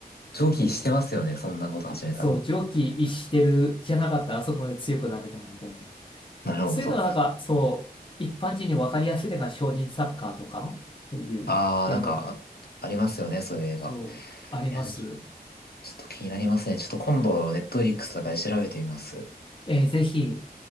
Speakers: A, on the left (about 75°); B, on the left (about 30°).
A: 上記してますよね、
B: そう、
A: そんなこと始めたら。
B: そう、常軌逸してるじゃなかったらあそこまで強くなれないみたいな。
A: なるほど。
B: そういうのがなんか、そう、一般人に分かりやすいのが少林サッカーとか、そういう映画が、
A: ああ、なんか、ありますよね、そういえば。
B: そう、あります。
A: いや、ちょちょっと気になりますね。ちょっと今度、ネットフリックスとかで調べてみます。
B: えーぜひ、